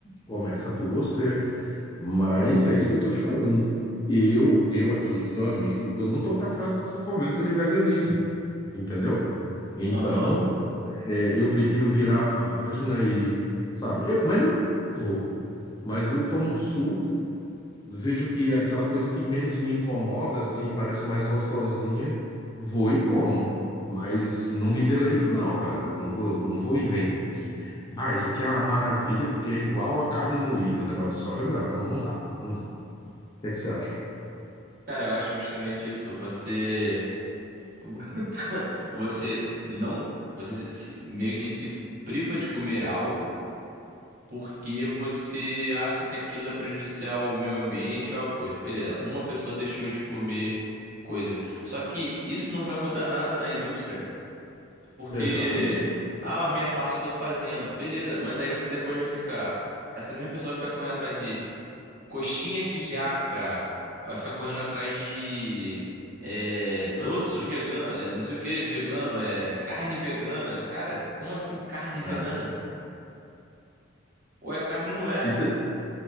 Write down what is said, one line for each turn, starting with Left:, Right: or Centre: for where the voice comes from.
Left: começa por você. Mas é isso que eu tô te falando. Eu, eu aqui, seu amigo, eu não tô preparado para essa conversa de veganismo, entendeu? Então,
Right: Aham.
Left: é, eu prefiro virar a página e, sabe, eu- mas eu vou. Mas eu tomo um suco, vejo que é aquela coisa que menos me incomoda, assim, parece mais gostosinha, vou e como. Mas não me deleito, não, velho. Eu Não vou, não vou inventar aqui. Ah, isso aqui é uma maravilha, porque é igual a carne moída, o negócio de soja. Não, não dá. Não que é que você acha?
Right: Cara, eu acho justamente isso. Você. <laughs> Você não, você se- meio que se priva de comer algo porque você acha que aquilo é prejudicial ao meio ambiente ou a coisa. Beleza, uma pessoa deixou de comer coisa. Só que isso não vai mudar nada na indústria, porque
Left: Exatamente.
Right: ah, mas minha parte eu tô fazendo. Beleza, mas aí você depois vai ficar, essa mesma pessoa vai ficar correndo atrás de Coxinha de jaca. Vai ficar correndo atrás de é, doces
Left: É,
Right: veganos. É, não sei o que, vegano. É carne vegana. Cara, como assim carne vegana?
Left: é, é.
Right: Ou é carne ou não é?
Left: E você